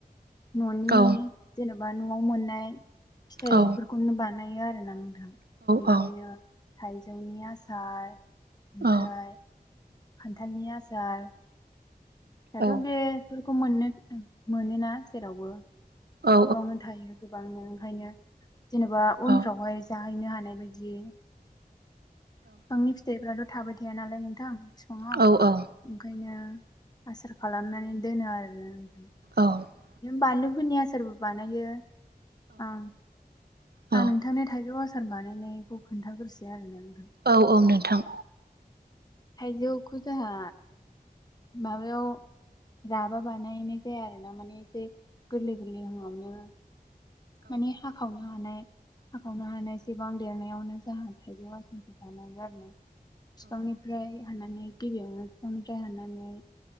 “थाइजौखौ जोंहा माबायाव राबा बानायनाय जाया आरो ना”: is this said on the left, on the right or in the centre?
Left